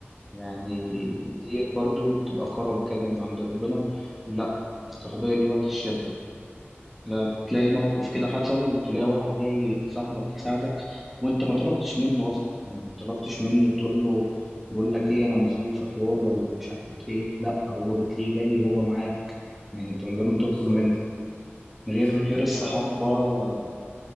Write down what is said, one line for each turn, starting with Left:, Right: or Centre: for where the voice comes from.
Centre: يعني
Left: مم،
Centre: ديت برضو بتبقى كرم كده من عند ربنا لا الصحوبيه دي وقت الشده لا، تلاقي
Left: صح
Centre: موقف
Left: فاهم
Centre: كده حصل تلاقي واحد جاي صاحبك يساعدك وانت ما طلبتش منه اصلا يعني ما طلبتش منه تقول له بقول لك ايه انا مزنوق في حوار ولا مش عارف ايه لا هو بتلاقيه جاي هو معاك يعني انت من غير ما تطلب
Left: بالظبط
Centre: منه
Left: بالظبط
Centre: غير غير
Left: وانا
Centre: الصحاب
Left: برضو
Centre: بقى